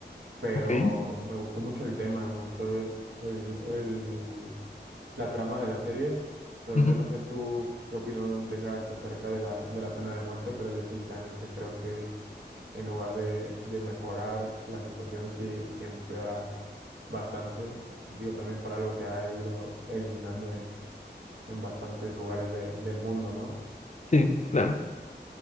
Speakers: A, on the right; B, on the left.
A: pero
B: Ok.
A: me gustó mucho el tema, me gustó el, el- la trama de la serie. Pero
B: ujú,
A: yo no sé tú qué opinión tengas acerca de la, de la pena de muerte, pero yo sinceramente creo que en lugar de, de mejorar la situación, sí, sí empeora bastante. Digo, también por algo se ha ido eliminando en bastantes lugares de- del mundo, ¿no?
B: Sí, claro.